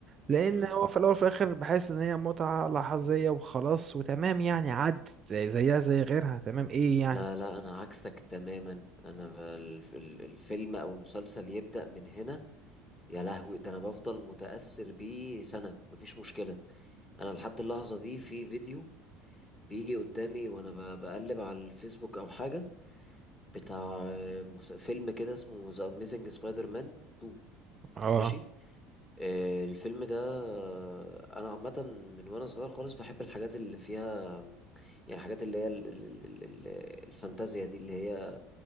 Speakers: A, on the right; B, on the left.
A: لان
B: مم.
A: هو في الاول وفي الاخر بحس ان هي متعه لحظيه وخلاص وتمام يعني عدت زيها زي غيرها تمام ايه يعني
B: لا لا انا عكسك تماما انا ال- ال- الفيلم او المسلسل يبدأ من هنا يا لهوي ده انا بفضل متأثر بيه سنة مفيش مشكلة انا لحد اللحظة دي في فيديو بيجي قدامي وانا ب- بقلب على الفيسبوك او حاجه بتاع آه، مس- فيلم كده اسمه ذا اميزنج سبايدر مان 2
A: اه
B: ماشي آه، الفيلم ده آه، انا عامه من وانا صغير خالص بحب الحاجات اللي فيها يعني الحاجات اللي هي ال- ال- ال- ال- الفانتازيا دي اللي هي